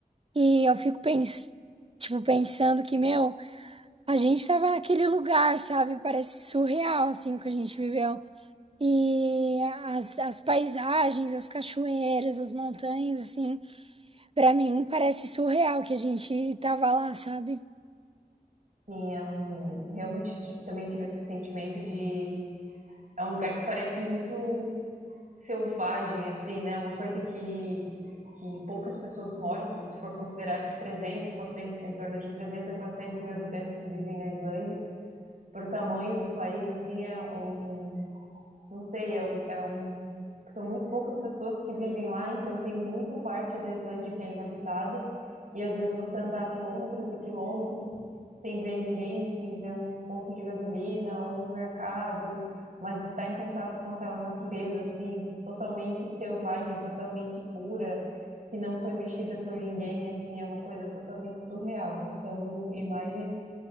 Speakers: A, on the right; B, on the right.
A: E eu fico pens tipo, pensando que, meu, a gente tava naquele lugar, sabe? Parece surreal, assim, o que a gente viveu. E as, as paisagens, as cachoeiras, as montanhas, assim, pra mim parece surreal que a gente tava lá, sabe?
B: Sim, é um realmente t- também tive esse sentimento de é um lugar que parece muito selvagem, assim, né? Uma coisa que, que poucas pessoas moram, se você for considerar que 300 400 em torno de 300 a 400 mil habitantes que vivem na Islândia, para o tamanho do país, assim, é um, não sei, é um, é um, são muito poucas pessoas que vivem lá, então tem muita parte da Islândia que é inabitada, e às vezes você andar quilômetros e quilômetros sem ver ninguém, sem ver um posto de gasolina ou um mercado, mas estar em contato com aquela natureza, assim, totalmente selvagem, totalmente pura, que não foi mexida por ninguém, assim, é uma coisa totalmente surreal. São imagens